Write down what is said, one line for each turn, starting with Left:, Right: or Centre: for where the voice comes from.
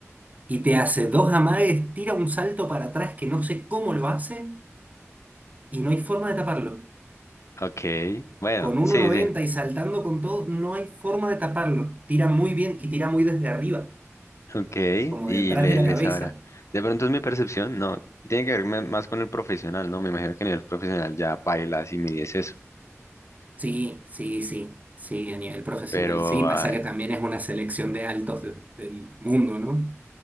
Right: y te hace dos amagues, tira un salto para atrás que no sé cómo lo hace y no hay forma de taparlo.
Left: Ok. Bueno,
Right: Con uno
Left: sí,
Right: noventa
Left: sí.
Right: y saltando con todo, no hay forma de taparlo. Tira muy bien y tira muy desde arriba,
Left: Ok.
Right: como
Left: Y
Right: de atrás
Left: le,
Right: de la
Left: le
Right: cabeza.
Left: sabrá. De pronto es mi percepción. No. Tiene que ver me- más con el profesional, ¿no? Me imagino que en el profesional ya bailas y mides eso.
Right: Sí, sí, sí, sí, a nivel profesional,
Left: Pero
Right: sí. Pasa
Left: ah,
Right: que también es una selección de altos de- del mundo, ¿no?